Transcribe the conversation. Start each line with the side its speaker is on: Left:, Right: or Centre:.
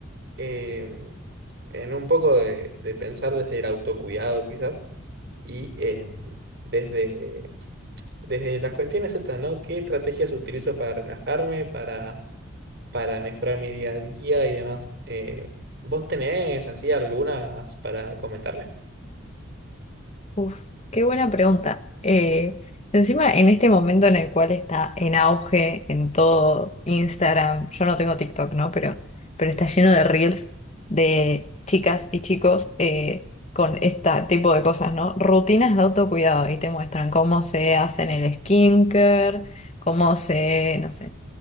Right: eh, en un poco de, de pensar desde el autocuidado quizás y eh, desde, desde las cuestiones estas, ¿no? ¿Qué estrategias utilizo para relajarme, para para mejorar mi día a día y demás. Eh, ¿vos tenés así algunas para comentarme?
Left: Uf, qué buena pregunta. Eh, encima, en este momento en el cual está en auge en todo Instagram, yo no tengo TikTok, ¿no? Pero, pero está lleno de reels de chicas y chicos eh, con este tipo de cosas, ¿no? Rutinas de autocuidado y te muestran cómo se hacen el skincare, cómo se, no sé.